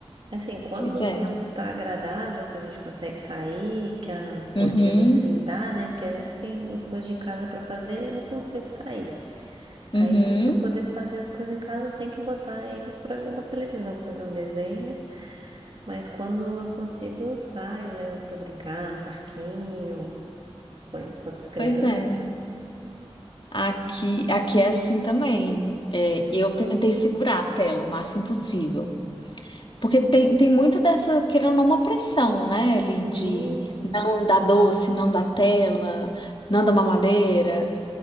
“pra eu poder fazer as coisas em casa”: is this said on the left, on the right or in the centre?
Right